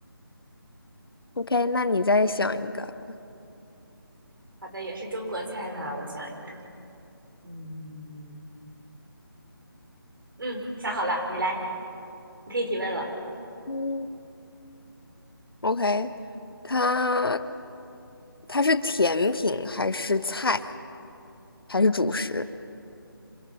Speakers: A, on the left; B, on the right.
A: OK，那你再想一个吧。
B: 好的，也是中国菜哈，我想一个，嗯嗯，想好了，你来，你可以提问了。
A: 嗯 OK，它它是甜品还是菜，还是主食？